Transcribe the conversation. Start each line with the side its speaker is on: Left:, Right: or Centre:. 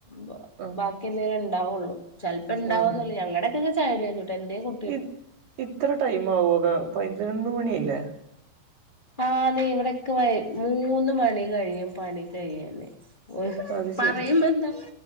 Left: ബ
Right: ആഹ്
Left: ബാക്കി എന്തെങ്കിലും ഉണ്ടാവൊള്ളൂ. ചെൽപ്പോ ഇണ്ടാവൊന്നൂല്ല.
Right: ഉം
Left: ഞങ്ങടൊക്കെ ചായ കുടി കഴിഞ്ഞൂട്ട. എന്റെയും കു
Right: ഇ ഇത്ര ടൈം ആവുക പതിനൊന്ന് മണിയായില്ലേ.
Left: ആന്നെ ഇവിടക്കെ വൈ മൂന്ന് മണി കഴിയും പണി കഴിയുന്നെ.
Right: അത്
Left: പറയുമ്പോ
Right: ശരി
Left: എന്താ